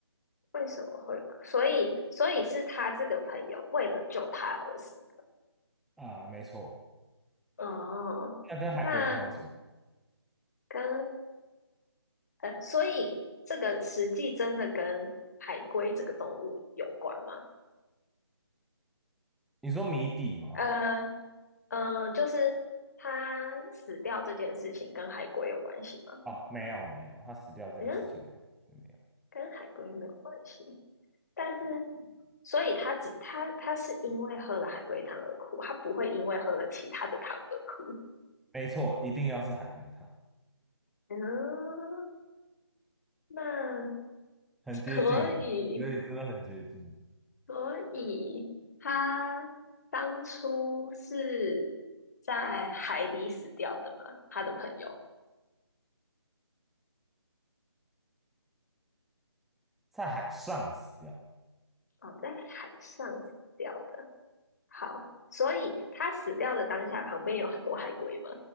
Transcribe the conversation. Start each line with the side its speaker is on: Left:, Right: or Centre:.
Left: 为什么会？所以，所以是他这个朋友为了救他而死。
Centre: 啊，没错。
Left: 哦，
Centre: 那跟海龟汤有什么？
Left: 那跟呃，所以这个实际真的跟海龟这个动物有关吗？
Centre: 你说谜底吗？
Left: 呃呃，就是他死掉这件事情跟海龟有关系吗？
Centre: 哦，没有没有，他死掉这件事情跟海龟没有。
Left: 嗯，跟海龟没有关系，但是所以他只他他是因为喝了海龟汤而哭，他不会因为喝了其他的汤而哭。
Centre: 没错，一定要是海龟汤，
Left: 嗯，那
Centre: 很接近了，
Left: 所以
Centre: 觉得你真的很接近，
Left: 所以他当初是在海里死掉的吗？他的朋友
Centre: 在海上死掉，
Left: 哦，在海上死掉的。好，所以他死掉的当下，旁边有很多海龟吗？